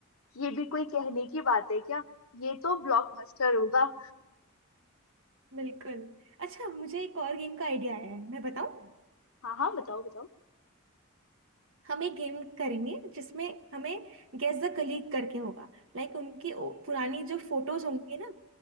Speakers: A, on the left; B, on the right.
A: ये भी कोई कहने की बात है क्या ये तो ब्लॉकबस्टर होगा
B: बिल्कुल अच्छा मुझे एक और गेम का आइडिया आया है मैं बताऊं
A: हाँ हाँ बताओ बताओ
B: हम एक गेम करेंगे जिसमें हमें गेस द कलीग करके होगा लाइक उनकी ओ- पुरानी जो फोटोज होंगी ना